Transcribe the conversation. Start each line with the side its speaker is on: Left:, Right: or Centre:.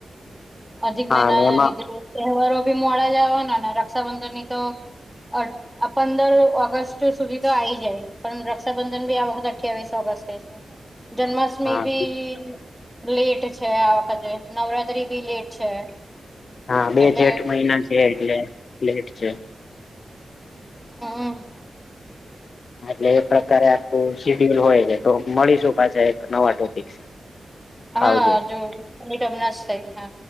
Centre: અધિક
Left: હા
Centre: મહિનાના
Left: અને એમાં
Centre: લીધે તહેવારો બી મોડા આવાનાને રક્ષાબંધન ની તો આ પંદર ઓગસ્ટ સુધી તો આવી જાય. પણ રક્ષાબંધન બી આ વખત અઠવીસ ઓગસ્ટ જન જન્માષ્ટમી
Left: હા
Centre: બી લેટ છે આ વખતે નવરાત્રી ભી લેટ છે.
Left: હા બે
Centre: એટલે
Left: જેઠ મહિના છે, એટલે લેટ છે.
Centre: હમ.
Left: એટલે એ પ્રકારે આખું શીડ્યુલ હોય છે તો મળીશું પાછા એક નવા ટોપિક
Centre: હા
Left: આવજો
Centre: <unintelligible> થઈ હા